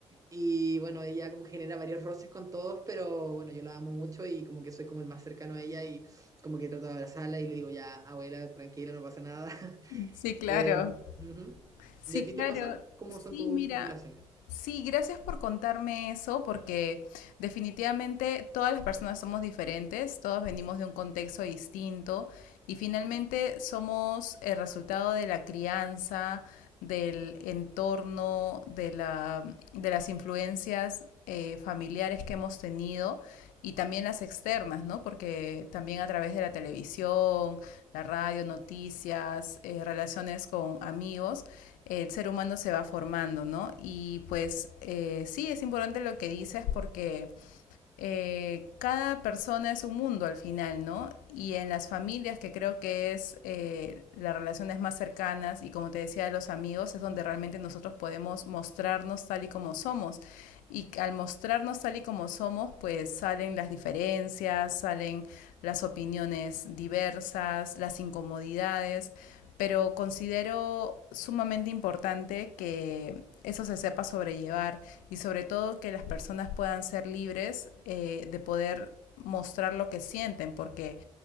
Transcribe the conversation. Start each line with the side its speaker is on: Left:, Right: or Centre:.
Right: Y bueno, ella como genera varios roces con todos, pero bueno, yo la amo mucho y como que soy como el más cercano a ella y como que trato de abrazarla y le digo, ya, abuela, tranquila, no pasa nada. <laughs>
Left: Sí, claro.
Right: Eh, ujú.
Left: Sí,
Right: ¿Y a ti
Left: claro.
Right: te pasa? ¿Cómo
Left: Sí,
Right: son tus
Left: mira.
Right: relaciones?
Left: Sí, gracias por contarme eso, porque definitivamente todas las personas somos diferentes, todos venimos de un contexto distinto y finalmente somos el resultado de la crianza, del entorno, de la, de las influencias eh, familiares que hemos tenido y también las externas, ¿no? Porque también a través de la televisión, la radio, noticias, eh, relaciones con amigos, el ser humano se va formando, ¿no? Y pues eh, sí, es importante lo que dices porque eh, cada persona es un mundo al final, ¿no? Y en las familias, que creo que es eh, las relaciones más cercanas y como te decía, de los amigos, es donde realmente nosotros podemos mostrarnos tal y como somos. Y al mostrarnos tal y como somos, pues salen las diferencias, salen las opiniones diversas, las incomodidades, pero considero sumamente importante que eso se sepa sobrellevar y sobre todo que las personas puedan ser libres eh, de poder mostrar lo que sienten, porque